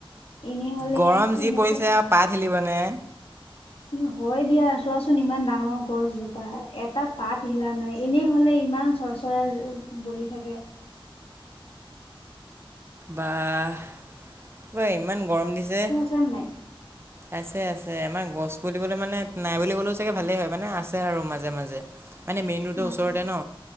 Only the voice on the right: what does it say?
গৰম
যি পৰিছে পাত হিলিব নে!
বাহঃ কিবা ইমান গৰম দিছে।
আছে আছে আমাৰ গছ বুলিবলৈ মানে নাই বুলি কলেও চাগে ভালে হয় মানে আছে আৰু মাজে মাজে। মানে মেইন ৰোডৰ
ওচৰতে ন,